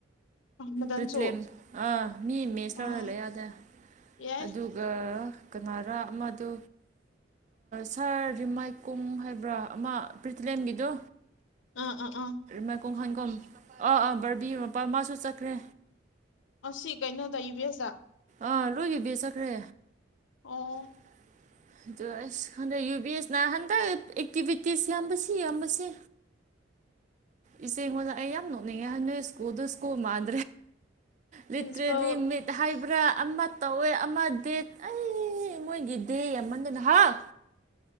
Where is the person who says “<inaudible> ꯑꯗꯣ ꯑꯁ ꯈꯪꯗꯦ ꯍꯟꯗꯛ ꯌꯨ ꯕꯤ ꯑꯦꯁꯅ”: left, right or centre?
Right